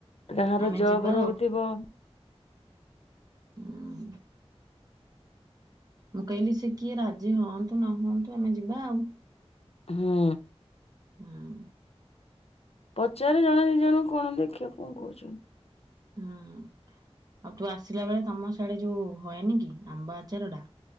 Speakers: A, on the left (about 65°); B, on the right (about 35°).
A: କାହାର
B: ଆମେ
A: ଜବ
B: ଯିବା
A: ରହୁଥିବ
B: ହୁ ମୁଁ କହିଲି ସେ କିଏ ରାଜି ହୁଅନ୍ତୁ ନ ହୁଅନ୍ତୁ ଆମେ ଯିବା ଆଉ।
A: ହୁଁ।
B: ହୁଁ।
A: ପଚାରେ ଜଣେ ଦି ଜଣଙ୍କୁ କଣ ଦେଖିବା କଣ କହୁଛନ୍ତି।
B: ହଁ। ଆଉ ତୁ ଆସିଲା ବେଳେ ତମ ସିଆଡେ ଯୋଉ ହଏନି କି ଆମ୍ବ ଆଚାର ଟା।